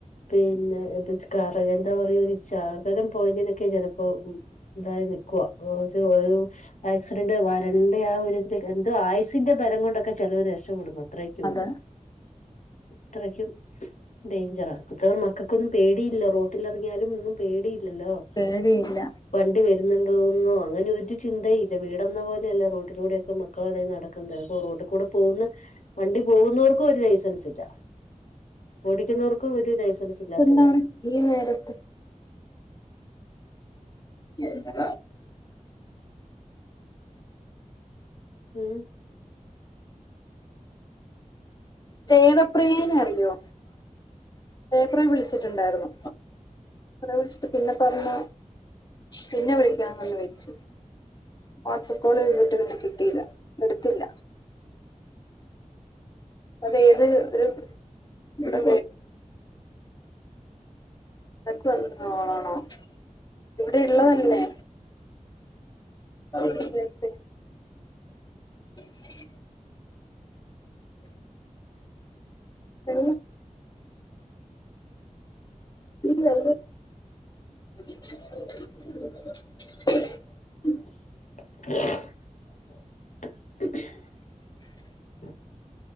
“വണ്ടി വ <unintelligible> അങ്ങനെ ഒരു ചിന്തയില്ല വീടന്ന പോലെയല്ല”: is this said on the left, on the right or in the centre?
Left